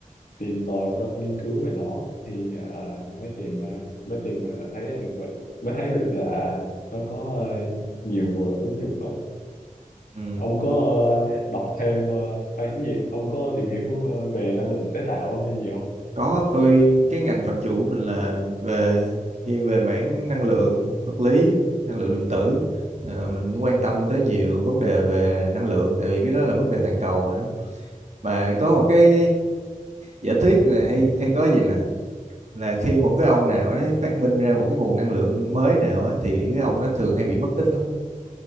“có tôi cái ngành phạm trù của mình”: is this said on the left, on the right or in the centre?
Right